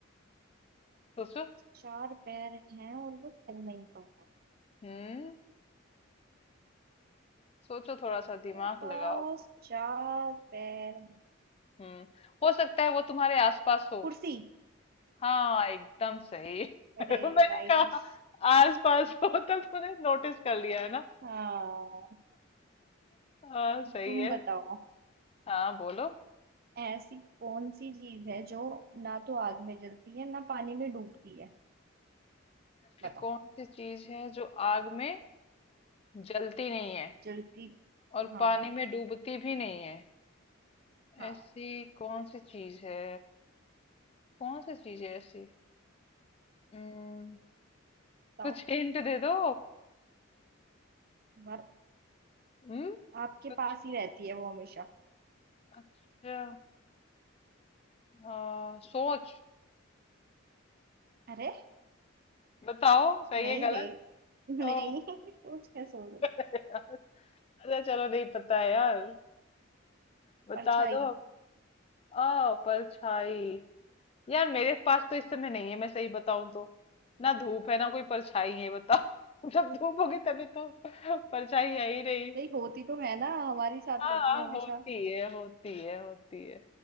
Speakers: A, on the left; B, on the right.
A: सोचो
B: चार पैर हैं और वो चल नहीं पाता
A: हम्म सोचो थोड़ा सा दिमाग
B: के पास
A: लगाओ
B: चार पैर हैं
A: हम्म हो सकता है वो तुम्हारे आसपास हो
B: कुर्सी
A: हाँ एकदम सही <laughs>
B: अरे
A: मैंने
B: लाइश
A: कहा आसपास हो तब तो तुमने नोटिस कर लिया है ना
B: हाँ
A: हाँ सही
B: तुम
A: है
B: बताओ
A: हाँ बोलो
B: ऐसी कौन सी चीज है जो ना तो आग में जलती है ना पानी में डूबती है
A: ऐसी
B: बताओ
A: कौन सी चीज है जो आग में जलती नहीं है
B: जलती
A: और
B: हाँ
A: पानी में डूबती भी नहीं है
B: हाँ
A: ऐसी कौन सी चीज है कौन सी चीज है ऐसी हम्म
B: बताओ
A: कुछ हिंट दे दो
B: पर
A: हम्म
B: आपके
A: कुछ
B: पास ही रहती है वो हमेशा
A: अच्छा आ, सोच
B: अरे
A: बताओ सही
B: नहीं
A: है गलत
B: रे
A: ओ
B: नहीं <laughs> कुछ कैसे हो गई
A: अच्छा चलो नहीं पता है यार बता
B: परछाई
A: दो आ परछाई यार मेरे पास तो इस समय नहीं है मैं सही बताऊं तो ना धूप है ना कोई परछाई है बताओ <laughs> जब धूप होगी तभी तो परछाई है ही नहीं
B: नहीं होती तो है ना हमारे साथ
A: हाँ
B: रहती है हमेशा
A: होती है होती है होती है